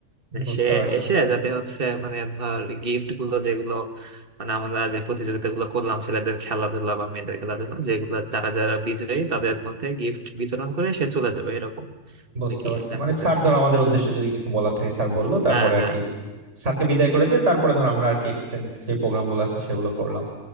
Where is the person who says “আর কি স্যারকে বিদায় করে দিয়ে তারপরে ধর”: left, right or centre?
Right